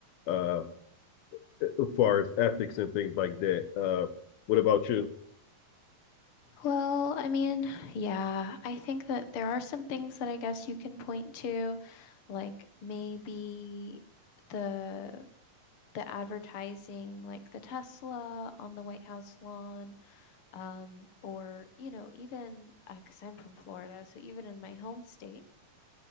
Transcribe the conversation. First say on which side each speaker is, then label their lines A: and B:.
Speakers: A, on the left; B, on the left.
A: uh, as far as ethics and things like that. Uh, what about you?
B: Well, I mean, yeah, I think that there are some things that I guess you can point to like maybe the the advertising like the Tesla on the White House lawn um or you know, even because uh, cuz I'm from Florida, so even in my home state,